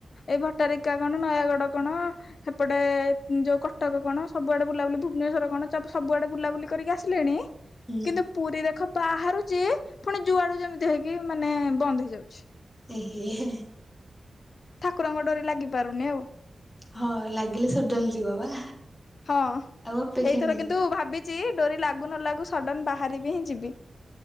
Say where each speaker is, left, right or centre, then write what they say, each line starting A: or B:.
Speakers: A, on the left; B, on the left.
A: ଏଇ ଭଟାରିକା କଣ ନୟାଗଡ କଣ ସେପଟେ ଯୋଉ କଟକ କଣ ସବୁଆଡ଼େ ବୁଲାବୁଲି ଭୁବନେଶ୍ୱର କଣ ସବୁଆଡ଼େ ବୁଲାବୁଲି କରିକି ଆସିଲେଣି
B: ହୁଁ
A: କିନ୍ତୁ ପୁରୀ ଦେଖ ବାହାରୁଚି ପୁଣି ଯୁଆଡୁ ଯେମିତି ହେଇକି ମାନେ ବନ୍ଦ ହେଇଯାଉଛି।
B: ଏ ହେ ହେ।
A: ଠାକୁରଙ୍କ ଡୋରି ଲାଗି ପାରୁନି ଆଉ।
B: ହଁ ଲାଗିଲେ ସଜନ ଯିବ ବା।
A: ହଁ
B: ଆଉ ଅପେକ୍ଷା
A: ଏଇଥର
B: ନାହିଁ।
A: କିନ୍ତୁ ଭାବିଛି ଡୋରି ଲାଗୁ ନ ଲାଗୁ ସଡନ ବାହାରିବି ହିଁ ଯିବି।